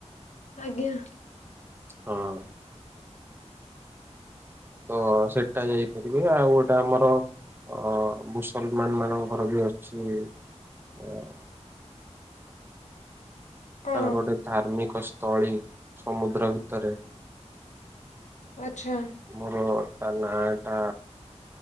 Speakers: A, on the left; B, on the right.
A: ଆଜ୍ଞା।
B: ହଁ! ତ ସେଟା ଯାଇପାରିବେ ଆଉ ଗୋଟେ ଆମର ଅ ମୁସଲମାନ ମାନଙ୍କର ବି ଅଛି ଅ
A: କଣ
B: ତାଙ୍କର ଗୋଟେ ଧାର୍ମିକ ସ୍ଥଳୀ ସମୁଦ୍ର ଭିତରେ।
A: ଆଛା।
B: ମୋର ତା ନାଁ ଟା